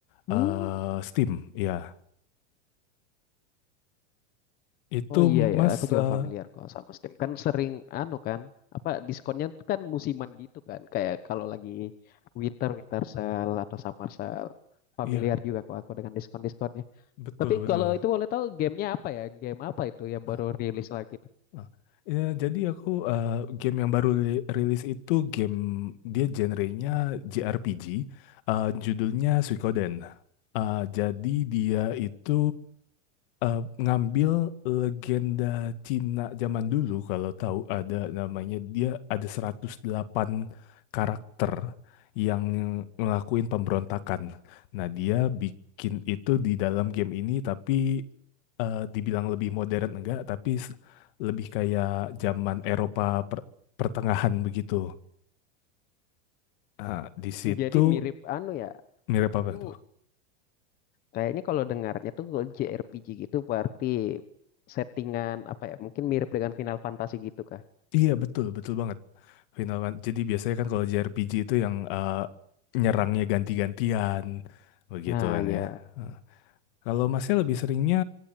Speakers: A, on the left (about 25°); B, on the left (about 50°).
A: Oh,
B: eh, Steam, ya. Itu
A: Oh iya
B: Mas
A: ya, aku
B: eh,
A: juga familiar kok sama Steam. Kan sering anu kan, apa diskonnya tuh kan musiman gitu kan. Kayak kalau lagi winter, winter sale atau summer sale. Familiar
B: iya,
A: juga kok aku dengan diskon-diskonnya.
B: betul
A: Tapi
B: betul.
A: kalau itu boleh tahu gamenya apa ya? Game apa itu yang
B: Ah,
A: baru rilis lagi tuh?
B: ah. Ya, jadi aku eh, game yang baru li- rilis itu game dia genrenya JRPG, eh, judulnya Suikoden. Eh, jadi dia itu eh, ngambil legenda Cina zaman dulu kalau tahu ada namanya dia ada 108 karakter yang ngelakuin pemberontakan. Nah, dia bikin itu di dalam game ini tapi eh, dibilang lebih modern enggak, tapi s- lebih kayak zaman Eropa per- pertengahan begitu. Nah, di situ
A: Jadi mirip anu ya,
B: mirip
A: aku
B: apa tuh?
A: Kayaknya kalau dengarnya tuh kalau JRPG gitu berarti settingan apa ya? Mungkin mirip dengan Final Fantasy gitu kah?
B: Iya betul betul banget Final Fan- Jadi biasanya kan kalau JRPG itu yang eh, nyerangnya ganti-gantian begitu
A: Nah
B: kan
A: ya,
B: ya. Eh, Kalau masnya lebih seringnya